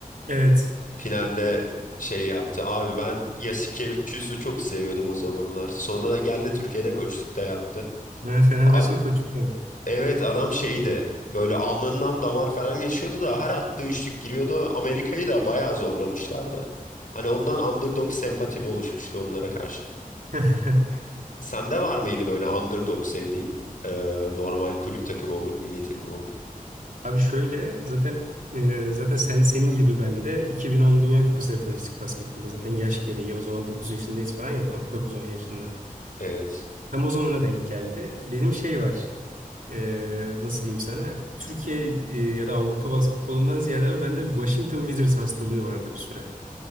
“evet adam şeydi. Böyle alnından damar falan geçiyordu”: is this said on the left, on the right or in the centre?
Left